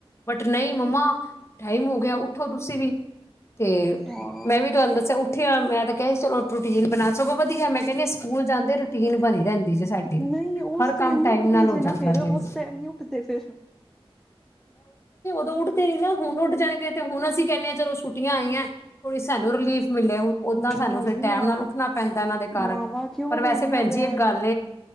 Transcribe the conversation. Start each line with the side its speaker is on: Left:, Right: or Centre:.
Left: ਬਟ ਨਹੀਂ ਮੰਮਮੀ ਹਾਂ ਟਾਈਮ ਹੋ ਗਿਆ ਉੱਠੋ ਤੁਸੀਂ ਵੀ ਤੇ
Centre: ਹਾਂ
Left: ਮੈਂ ਵੀ ਤੁਹਾਨੂੰ ਦੱਸਿਆ ਉਠ ਉਠ ਮੈਂ ਤਾਂ ਕਿਹਾ ਸੀ ਚਲ ਰੂਟੀਨ ਬਣਾ ਸਗੋਂ ਵਧੀਆ ਮੈਂ ਕਹਿੰਦੀ ਸਕੂਲ ਜਾਂਦੇ ਰੂਟੀਨ ਬਣੀ ਰਹਿੰਦੀ। ਜੀ ਸਾਡੀ
Centre: ਨਹੀਂ ਉਸ
Left: ਹਰ
Centre: ਟਾਈਮ
Left: ਕੰਮ
Centre: ਨੀ ਉੱਠਦੇ
Left: ਨਾਲ
Centre: ਜੇ
Left: ਹੋ
Centre: ਨਾ
Left: ਜਾਂਦਾ
Centre: ਫੇਰ
Left: ਜੇ
Centre: ਉਸ ਟਾਈਮ ਨੀ ਉੱਠਦੇ ਫਿਰ
Left: ਉੱਠ ਤੇ ਨ ਨਾ ਹੁਣ ਉੱਠ ਜਾਣਗੇ ਤੇ ਹੁਣ ਅਸੀਂ ਕਹਿੰਦੇ ਹਾਂ ਚਲੋ ਛੁੱਟੀਆਂ ਆਈਆਂ ਥੋੜ੍ਹੀ ਸਾਨੂੰ ਰਿਲੀਫ਼ ਮਿਲਿਆ ਹੁਣ ਓਦਾਂ ਸਾਨੂੰ
Centre: ਨਾ
Left: ਫਿਰ
Centre: ਜੀ
Left: ਟੈਮ
Centre: ਨਾ
Left: ਨਾਲ ਉੱਠਣਾ ਪੈਂਦਾ ਇਹਨਾਂ ਦੇ ਕਾਰਨ
Centre: ਮਾਵਾਂ ਕਿਉਂ
Left: ਪਰ
Centre: ਵੇਲੀਆਂ
Left: ਵੈਸੇ ਭੈਣ
Centre: ਬੈਣ
Left: ਜੀ ਇੱਕ ਗੱਲ